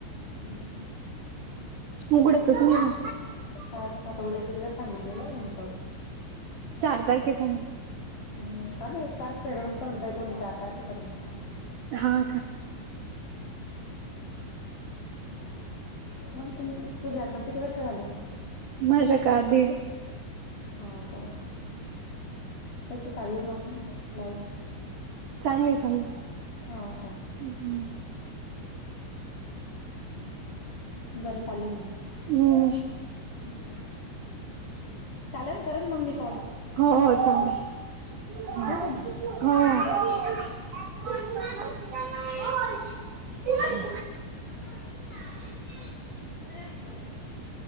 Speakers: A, on the left; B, on the right.
A: हम्म
B: उघडतंच नाही.
A: काय आणि पातवडाचे दिवस सांगितलेलं पाऊस.
B: धर की फोन.
A: हम् काय माहित <inaudible> पर्यंत म्हणत कोणी चार तारखेपर्यंत.
B: हो का.
A: मग तुम्ही तुझ्या लग्नाला किती वर्ष झाले?
B: माझे का दीड.
A: हो का कशी चालली मग लाईफ?
B: चांगली चालली.
A: हो का.
B: ह् हम्
A: बरं चालू आहं मग?
B: हम्म.
A: ह्म चालंल करन मग मी कॉल.
B: हो हो
A: ठेवू का मग
B: चालेल हा. हो
A: <unintelligible>